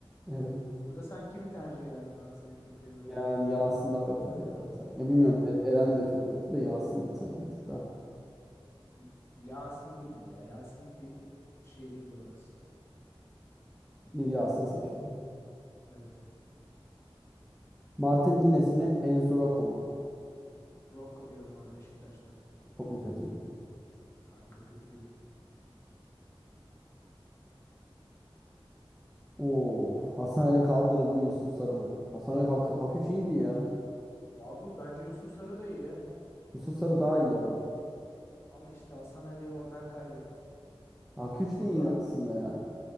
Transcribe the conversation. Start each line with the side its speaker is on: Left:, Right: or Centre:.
Centre: Evet.
Left: Burada sen kimi tercih ederdin abi? Senin fikrini merak
Centre: Yani
Left: ettim.
Centre: Yasin daha beter ya. Sen- Ya
Left: Değil
Centre: bilmiyorum
Left: mi?
Centre: Er-
Left: Evet
Centre: Eren
Left: evet.
Centre: de çok kötü de Yasin sanki bir tık daha.
Left: Y- Yasin değildi ya. Yasinlik bir o- şey değildi orası.
Centre: Bir Yasin'i seçiyorum.
Left: Evet evet.
Centre: Martin Lines mi Enzorako mu?
Left: Rocco diyorum abi Beşiktaş'tan.
Centre: Çok mu kötüydü?
Left: Kanka kötüydü.
Centre: Of Hasan Ali Kaldırım mı Yusuf Sarı mı? Hasan Ali Hak, Hak 3 iyiydi ya.
Left: Abi bence Yusuf Sarı da iyi ya.
Centre: Yusuf Sarı daha iyi ama.
Left: Ama işte Hasan Ali oradan kaybetti.
Centre: Hak 3 de
Left: Kura
Centre: iyiydi aslında yani.